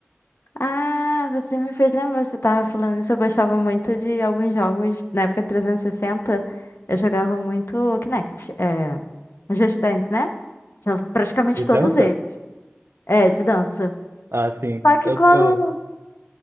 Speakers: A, on the left (about 60°); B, on the right (about 75°).
A: Ah, você me fez lembrar, você tava falando isso, eu gostava muito de alguns jogos, na época 360, eu jogava muito Kinect, é, Just Dance, né? Já praticamente
B: E dança?
A: todos eles, é, de dança.
B: Ah, sim.
A: Só que
B: Eu,
A: quando
B: eu,